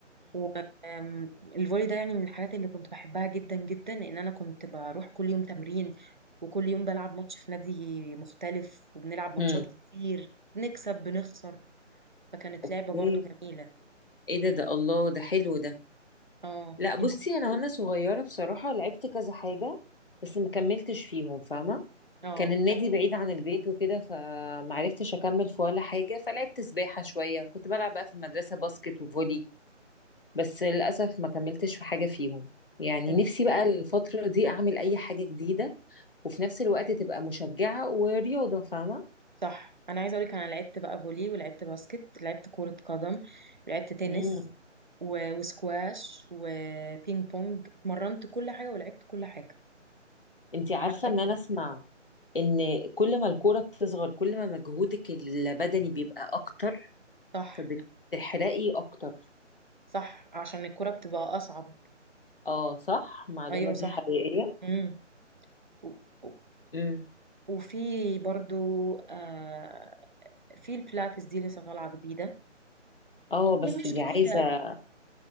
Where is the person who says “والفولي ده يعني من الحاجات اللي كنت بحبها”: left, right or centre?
Right